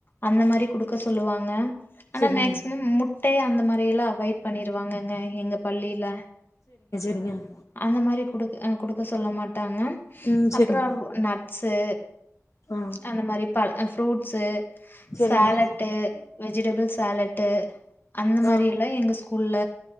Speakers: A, on the left; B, on the left.
A: அந்த மாரி குடுக்க சொல்லுவாங்க ஆனா
B: செரிங்க
A: மேக்சிமம் முட்டை அந்த மாரி எல்லாம் அவாய்ட் பண்ணிருவாங்கங்க எங்க பள்ளியில
B: ங்க
A: அந்த மாரி கொடுக் கொடுக்க சொல்ல மாட்டாங்க
B: ம் செரிங்க
A: அப்புறவ் நட் ஸு
B: ஆ
A: அந்த மாரி பழ ஃப்ரூட்ஸு
B: செரிங்க
A: சலெட்டு வெஜிடபிள் சலெட்டு அந்த
B: ஆ
A: மாரி எல்லா எங்க ஸ்கூ உள்ள